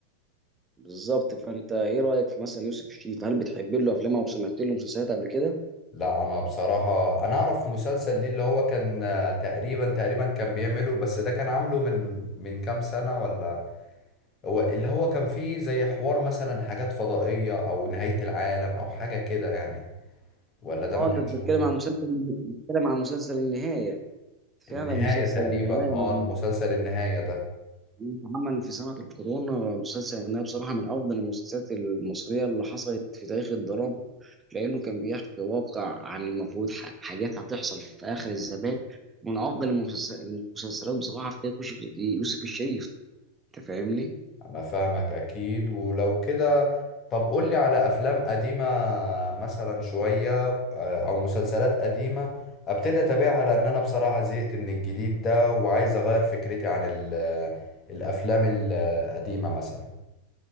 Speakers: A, on the right; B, on the left.
A: بالظبط فانت ايه رايك في مثلا يوسف الشريف هل بتحب له افلامه وسمعت له مسلسلات قبل كده؟
B: لا انا بصراحة انا اعرف مسلسل ليه اللي هو كان آه، تقريبا تقريبا كان بيعمله بس ده كان عامله من من كام سنة ولا هو اللي هو كان فيه زي حوار مثلا حاجات فضائية او نهاية العالم او حاجة كده يعني ولا ده
A: اه
B: ما كانش
A: انت بتتكلم
B: هو
A: عن مسلسل بتتكلم عن مسلسل النهايه
B: النهاية
A: فعلا مسلسل
B: تقريبا
A: النهايه
B: اه
A: من
B: المسلسل النهاية ده
A: من اتعمل في سنه الكورونا مسلسل النهايه بصراحه من افضل المسلسلات المصريه اللي حصلت في تاريخ الدراما لانه كان بيحكي واقع عن المفروض ح- حاجات هتحصل في اخر الزمان من افضل المسلس- المسلسلات بصراحه في تاريخ يوسف يوسف الشريف انت فاهمني
B: انا فاهمك اكيد ولو كده طب قولي على افلام قديمة مثلا شوية آه، او مسلسلات قديمة ابتدي اتابعها لان انا بصراحة زهقت من الجديد ده وعايز اغير فكرتي عن ال- آه، الافلام القديمة مثلا